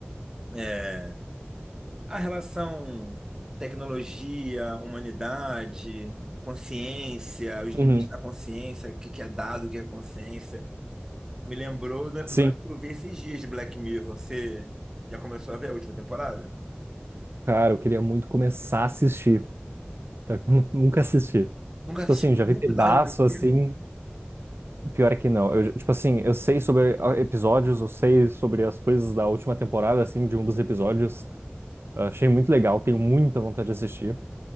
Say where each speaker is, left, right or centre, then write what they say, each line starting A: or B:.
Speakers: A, on the right (about 15°); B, on the right (about 75°).
A: é, a relação tecnologia, humanidade, consciência, os limites
B: uhum.
A: da consciência, o que que é dado, o que é consciência. Me lembrou do episódio
B: Sim.
A: que eu vi esses dias de Black Mirror. Você já começou a ver a última temporada?
B: Cara, eu queria muito começar a assistir. Tá? <laughs> Nunca assisti.
A: Nunca
B: Tipo
A: assisti
B: assim,
A: nenhum
B: já vi pedaço
A: episódio de Black Mirror?
B: assim. Pior é que não. Eu, tipo assim, eu sei sobre ah, episódios, eu sei sobre as coisas da última temporada, assim, de um dos episódios. Ah, Achei muito legal, tenho muita vontade de assistir.